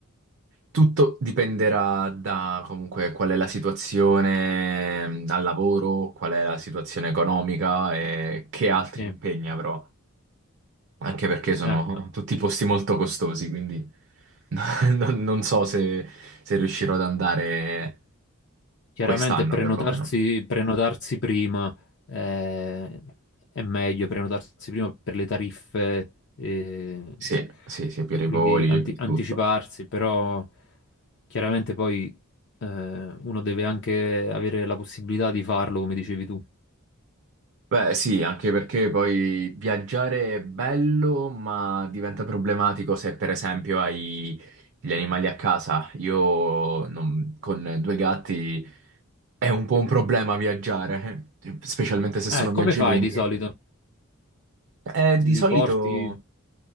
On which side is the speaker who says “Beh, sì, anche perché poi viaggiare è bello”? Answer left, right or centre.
Right